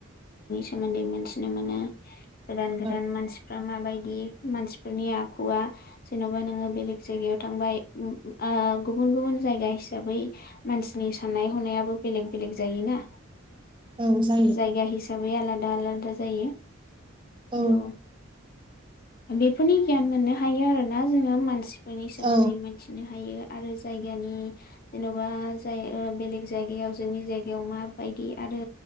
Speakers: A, on the left; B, on the right.
A: सोमोन्दै मिथिनो मोनो। गोदान गोदान
B: औ
A: मानसिफ्रा माबायदि। दि मानसिफोरनि आखुवआ जेन'बा नोङो बेलेग जायगायाव थांबाय ओ गुबुन गुबुन जायगा हिसाबै मानसिनि साननाय हनायाबो बेलेग बेलेग जायोना।
B: औ जायो
A: जायगा हिसाबै आलादा आलादा जायो। <unintelligible>
B: औ
A: बेफोरनि गियान मोननो हायो आरोना जोङो मानसि। फोरनि सोमोन्दै
B: औ
A: मोनथिनो हायो। आरो जायगानि जेन'बा जाय ओ बेलेग जायगायाव जोंनि जायगायाव माबायदि आरो।